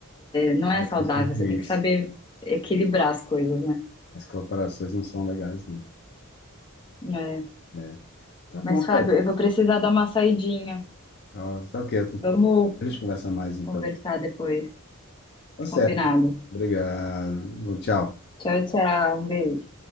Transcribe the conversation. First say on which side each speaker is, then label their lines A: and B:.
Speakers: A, on the left; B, on the left.
A: Não é
B: As
A: saudável,
B: coisas são ruins.
A: você tem que saber equilibrar as coisas, né?
B: As colaborações não são legais, não.
A: É.
B: É. Tá bom,
A: Mas,
B: tá
A: Fábio,
B: aí.
A: eu vou precisar dar uma saidinha.
B: Tá tá ok.
A: Vamos
B: A gente conversa mais, então.
A: conversar depois.
B: Tá certo.
A: Combinado.
B: Obrigado. Bom, tchau.
A: Tchau, tchau. Um beijo.